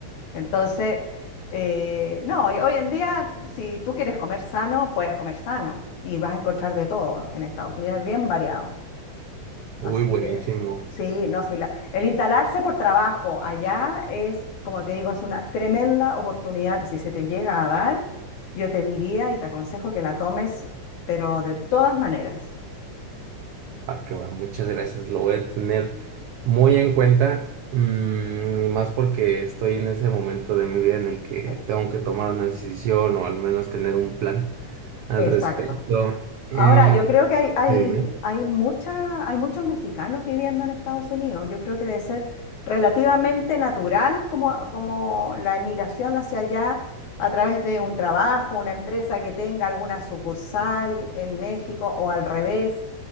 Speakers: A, on the left (about 80°); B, on the right (about 85°).
A: Entonces, eh, no, y hoy en día, si tú quieres comer sano, puedes comer sano y vas a encontrar de todo en Estados Unidos, es bien variado.
B: Uy,
A: Así
B: buenísimo.
A: que sí, no, sí, la- el instalarse por trabajo allá es, como te digo, es una tremenda oportunidad que si se te llega a dar, yo te diría y te aconsejo que la tomes, pero de todas maneras.
B: Ah, que va, muchas gracias. Lo voy a tener muy en cuenta, mm, y más porque estoy en ese momento de mi vida en el que
A: Sí.
B: tengo que tomar una decisión o al menos tener un plan al
A: Exacto.
B: respecto. Em,
A: Ahora, yo creo que hay, hay,
B: sí, dime.
A: hay, mucha- hay muchos mexicanos viviendo en Estados Unidos. Yo creo que debe ser relativamente natural como, como la emigración hacia allá a través de un trabajo, una empresa que tenga alguna sucursal en México o al revés,